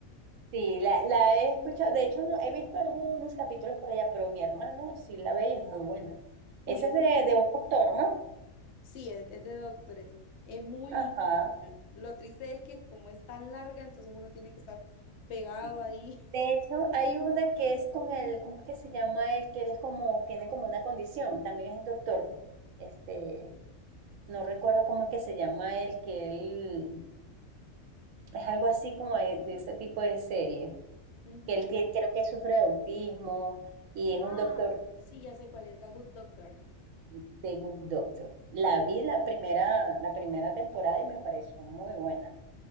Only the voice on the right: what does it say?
Sí, la, la he escuchado. De hecho, no, he visto algunos capítulos por allá, pero mi hermano sí la ve y es muy buena.
Esa es de, de un autor, ¿no?
Ajá.
Sí.
De hecho, hay una que es con el, ¿cómo es que se llama él? Que él es como, tiene como una condición, también es doctor. Este, No recuerdo cómo es que se llama él, que él es algo así como de, de ese tipo de serie,
que él que, creo que sufre de autismo y es
un doctor
de Good Doctor. La vi la primera, la primera temporada y me pareció muy buena.